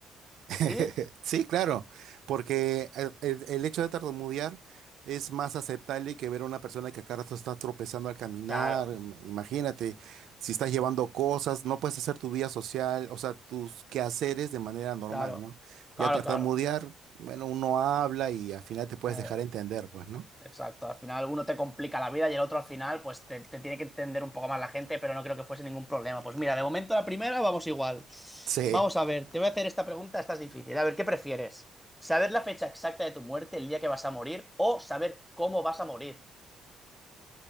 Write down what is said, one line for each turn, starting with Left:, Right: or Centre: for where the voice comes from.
Right: <laughs>
Centre: ¿Sí?
Right: Sí, claro, porque el, el- el hecho de tartamudear es más aceptable que ver a una persona que acá rato está tropezando al caminar.
Centre: Claro,
Right: im- Imagínate, si estás llevando cosas, no puedes hacer tu vida social, o sea, tus quehaceres de manera normal,
Centre: claro,
Right: ¿no?
Centre: claro,
Right: Ya tartamudear,
Centre: claro.
Right: bueno, uno habla y al final te puedes
Centre: Eh,
Right: dejar entender, pues, ¿no?
Centre: Exacto, al final uno te complica la vida y el otro al final pues te, te tiene que entender un poco más la gente, pero no creo que fuese ningún problema. Pues mira, de momento la primera vamos igual.
Right: Sí.
Centre: Vamos a ver, te voy a hacer esta pregunta, esta es difícil. A ver, ¿qué prefieres? ¿Saber la fecha exacta de tu muerte, el día que vas a morir, o saber cómo vas a morir?